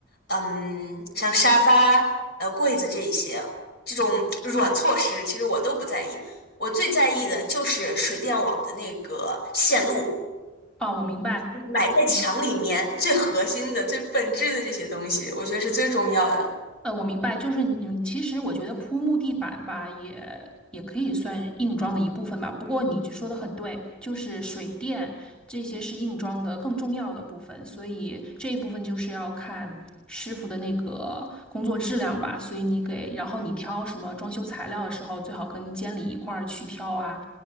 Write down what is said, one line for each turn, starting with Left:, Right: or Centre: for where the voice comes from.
Left: 嗯，像沙发、呃柜子这一些这种软措施，其实我都不在意。我最在意的就是水电网的那个线路。
Centre: 啊，我明白。
Left: 埋在墙里面最核心的、
Centre: 嗯，
Left: 最本质的这些东西，我觉得是最重要的。
Centre: 呃，我明白，就是嗯，其实我觉得铺木地板吧，也也可以算硬装的一部分吧。不过你就说的很对，就是水电这些是硬装的更重要的部分，所以这一部分就是要看师傅的那个工作质量吧。所以你给，然后你挑什么装修材料的时候，最好跟监理一块儿去挑啊，